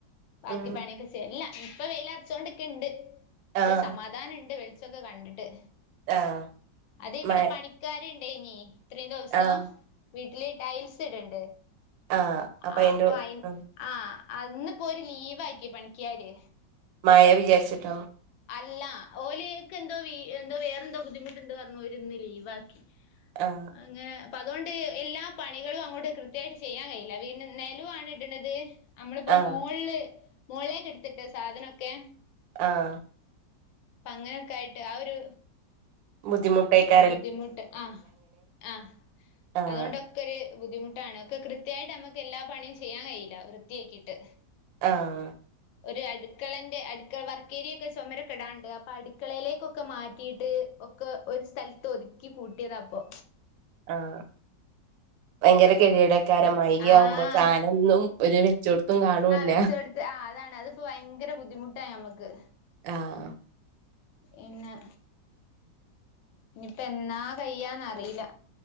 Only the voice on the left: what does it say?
ബാക്കി
പണിയക്കെ ല്ലാ ഇപ്പൊ വെയിൽ അർച്ചോണ്ട് ക്ക്ണ്ട് ഒരു
സമാധാനം ഇണ്ട്. വെളിച്ചൊക്കെ കണ്ടിട്ട്.
അത് ഇവിടെ
പണിക്കര് ഇണ്ടേഇനി ഇത്രയും ദിവസം.
വീട്ടില് ടൈൽസ് ഇട്ണ്ട്.
ആഹ്
അപ്പൊ അയി
ആഹ് ന്ന് പ്പോ ഓര് ലീവ് ആക്കി പണിക്കിയാര്.
അല്ല ഓല്ക്ക് എന്തോ എന്തോ വേറെന്തോ ബുദ്ധിമുട്ടുണ്ട് പറഞ്ഞു ഓര് ഇന്ന് ലീവാക്കി.
അങ്ങന പ്പോ അതുകൊണ്ട് എല്ലാ പണികളും അങ്ങോട്ട് കൃത്യായിട്ട് ചെയ്യാൻ കഴയില്ല. പിന്നെ നലം ആണ് ഇടണത്. നമ്മൾ പ്പോ
മോള് മോളേക് എടുത്തിട്ട് സാധനൊക്കെ
അപ്പ അങ്ങനോക്കൊ ആയിട്ട് ആ ഒരു.
ബുദ്ധിമുട്ട് അഹ് അഹ്
അതോണ്ട്. ക്കൊര് ബുദ്ധിമുട്ടാണ് ഒക്കെ കൃത്യായിട്ട് നമക്ക് എല്ലാ പണിയും ചെയ്യാൻ കിയില്ല. വൃത്തിയാക്കിയിട്ട്.
ഒരു അടുക്കളന്റെ അടുക്കള വർക്കേരിയൊക്കെ ചുമരൊക്കെ ഇടാണ്ട്. അപ്പൊ അടുക്കളയിലേക്കൊ. ഒക്കെ മാറ്റിയിട്ട് ഒക്കെ ഒരു സ്ഥലത്ത് ഒതുക്കി കൂട്ടിയതാ. പ്പൊ
ആഹ്
വെച്ച കൊടുത്ത് ആഹ് അതാണ് അത് പ്പോ ഭയങ്കര ബുദ്ധിമുട്ടാ ഞമ്മക്ക്.
ഇന്നാ ഇനിപ്പ എന്നാ കയ്യാന്നറീല